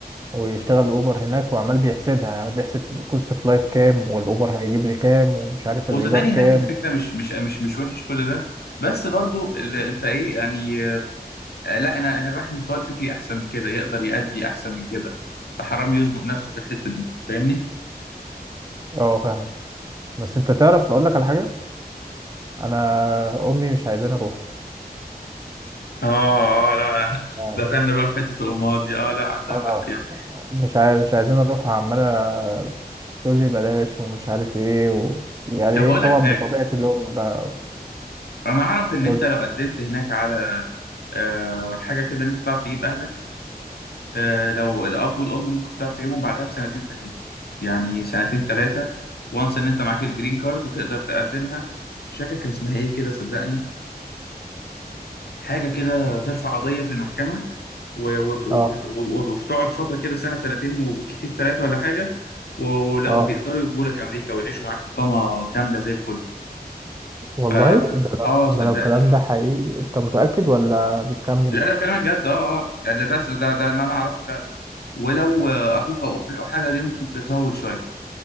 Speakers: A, on the right (about 20°); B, on the left (about 75°).
A: ويشتغل اوبر هناك وعمال بيحسبها يعني بيحسب كوست اوف لايف كام والاوبر هيجيب لي كام ومش عارف
B: وصدقني
A: الايجار كام
B: هناك الفكره مش مش مش مش وحش كل ده بس برضو اللي انت ايه يعني آه، لا انا انا الواحد مستواه الفكري احسن من كده يقدر يأدي احسن من كده فحرام يزنق نفسه في الحته دي فاهمني
A: اه فاهمك بس انت تعرف اقول لك على حاجه انا امي مش عايزاني اروح
B: اه اه لا لا،
A: آه،
B: دخلنا بقى في حته الامهات دي اه لا عندها
A: آه،
B: حق يعني
A: مش عايز مش عايزين نروح عمالة تقول لي بلاش ومش عارف ايه و... ويعني
B: طب
A: ايه
B: هقول
A: طبعا
B: لك حاجه
A: بطبيعة الام بقى
B: انا اعرف ان
A: قول
B: انت لو قدمت هناك على آه، حاجه كده ان انت تعرف تجيب اهلك آه، لو الأب والأم ممكن تعرف تجيبهم بعدها بسنتين ثلاثة يعني سنتين ثلاثة وانس إن أنت معاك الجرين كارد تقدر تقدمها مش فاكر كان اسمها إيه كده صدقني حاجة كده ترفع قضية في المحكمة و- وبت- وبتت-
A: اه
B: و- وبتقعد فترة كده سنة سنتين وكتير ثلاثة ولا حاجة و- ولا
A: اه
B: وبيقدروا يجوا لك أمريكا ويعيشوا معاك إقامة كاملة زي الفل
A: والله
B: ف
A: ده لو
B: آه
A: ده
B: صدقني
A: لو الكلام
B: آه
A: ده حقيقي انت متأكد ولا بتخمن؟
B: لا لا بكلمك جد آه آه يعني ده ده ده ده إن أنا أعرفه فعلا ولو آه، أخوك أو أختك أو حاجة دي ممكن تطول شوية